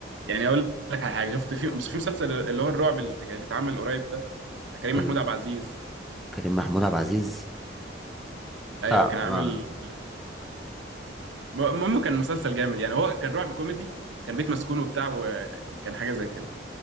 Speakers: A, on the right; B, in the centre.
A: يعني اقول لك على حاجه شفت في في مسلسل اللي هو الرعب اللي اللي اتعمل قريب ده ده كريم
B: ال-
A: محمود عبد العزيز
B: كريم محمود عبد العزيز
A: ايوه
B: ده
A: كان عامل
B: آه.
A: م- المهم كان مسلسل جامد يعني هو كان رعب كوميدي كان بيت مسكون وبتاع وكان حاجه زي كده